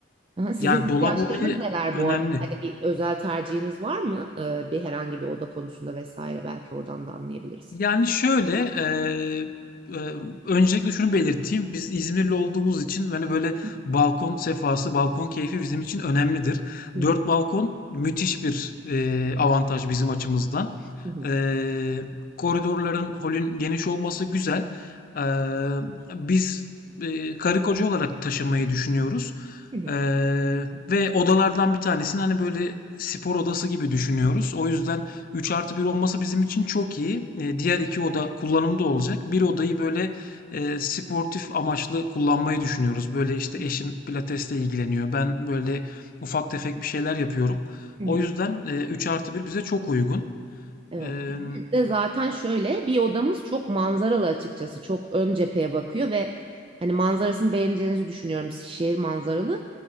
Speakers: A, on the right (about 30°); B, on the left (about 50°).
A: Aha, sizin
B: Ya dolap
A: ihtiyaçlarınız
B: olayı
A: neler
B: önemli.
A: bu arada? Hani bir özel tercihiniz var mı? Ee, bir herhangi bir oda konusunda vesaire belki oradan da anlayabiliriz.
B: Yani şöyle eee, eee, öncelikle şunu belirteyim. Biz İzmirli olduğumuz için hani böyle
A: Hı
B: balkon sefası, balkon keyfi bizim için önemlidir.
A: hı,
B: Dört balkon müthiş bir eee, avantaj bizim açımızdan.
A: hı hı,
B: Ee, koridorların, holün geniş olması güzel. Ee, biz e, karı koca olarak taşınmayı düşünüyoruz.
A: hı hı,
B: Ee, ve odalardan bir tanesini hani böyle spor odası gibi düşünüyoruz. O yüzden 3 artı bir olması bizim için çok iyi. Ee, diğer iki oda kullanımda olacak. Bir odayı böyle e, sportif amaçlı kullanmayı düşünüyoruz. Böyle işte
A: hı
B: eşim
A: hı,
B: pilatesle ilgileniyor. Ben böyle ufak tefek bir şeyler yapıyorum.
A: hı hı.
B: O yüzden e, 3 artı bir bize çok uygun.
A: Evet.
B: Eee,
A: Bizim de zaten şöyle bir odamız çok manzaralı açıkçası. Çok ön cepheye bakıyor ve hani manzarasını beğeneceğinizi düşünüyorum. Şehir manzaralı.